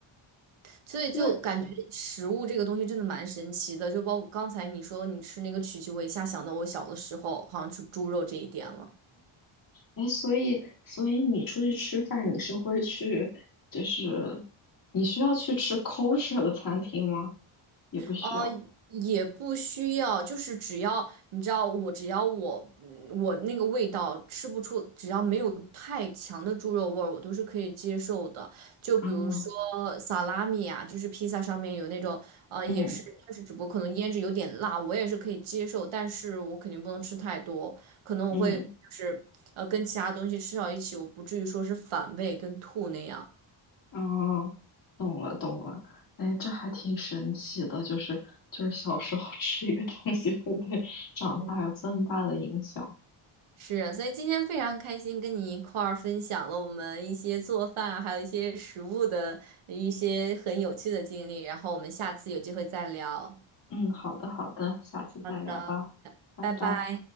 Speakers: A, on the right; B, on the left.
A: 所以就感觉食物这个东西真的蛮神奇的，
B: 那，
A: 就包括刚才你说你吃那个曲奇，我一下想到我小的时候好像吃猪肉这一点了。
B: 哎，所以，所以你出去吃饭，你是会去，就是你需要去吃 kosher 的餐厅吗？也不需要。
A: 哦，也不需要，就是只要你知道我，只要我嗯我那个味道吃不出，只要没有太强的猪肉味儿，我都是可以接受的。就比如说萨拉米啊，
B: 啊，
A: 就是披萨上面有那种呃，
B: 嗯
A: 也是，但是只不过可能腌制有点辣，我也是可以接受，但是我肯定不能吃太多，可能我会就是呃跟其他东西吃到一起，
B: 嗯。
A: 我不至于说是反胃跟吐那样。
B: 哦，懂了懂了，哎，这还挺神奇的，就是就是小时候 <laughs> 吃一个东西会对长大有这么大的影响。
A: 是是，所以今天非常开心跟你一块儿分享了我们一些做饭啊，还有一些食物的一些很有趣的经历，然后我们下次有机会再聊。
B: 嗯，好的好的，下次再聊吧，
A: 好的，
B: 拜拜。
A: 拜拜。